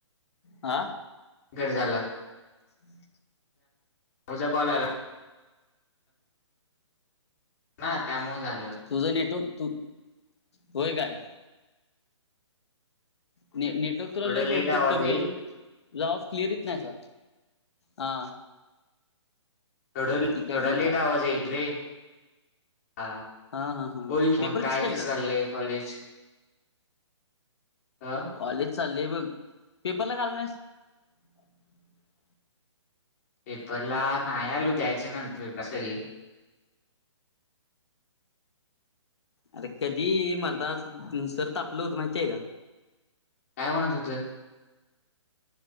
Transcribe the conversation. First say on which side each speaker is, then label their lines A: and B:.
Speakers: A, on the left; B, on the left.
A: आं
B: कट झाला
A: हम्
B: तुझा कॉल आला. ना त्यामुळे झालं.
A: तुझं नेटवर्क तू होय काय. ने नेटवर्क तुला
B: थोडं
A: लय
B: लेट
A: बहुतेक
B: आवाज
A: कमी
B: येईल
A: आहे. जास क्लिअर येत नाहीय हा.
B: थोड
A: ठीक आहे
B: थोडा
A: ठीक
B: लेट
A: आहे
B: आवाज येईल रे हा.
A: हा हा हा
B: बोल की
A: पेपर
B: मग काय
A: किती चाललेत
B: कस चाललय कॉलेज अ
A: कॉलेज चाललेय बघ पेपरला का आला नाहीस? ह्
B: पेपरला नाही आलो द्यायच्या नंतर <inaudible> सगळे.
A: अरे कधी मर्दा सर तापलं होतं माहितीय का
B: काय म्हणत होते.